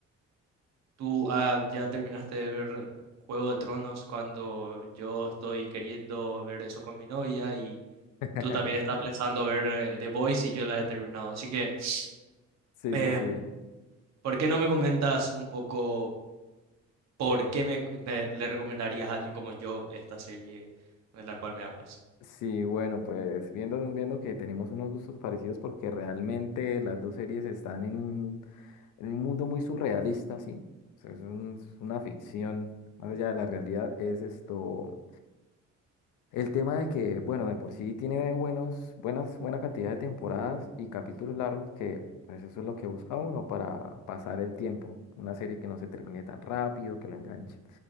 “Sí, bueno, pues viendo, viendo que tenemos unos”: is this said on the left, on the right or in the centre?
Left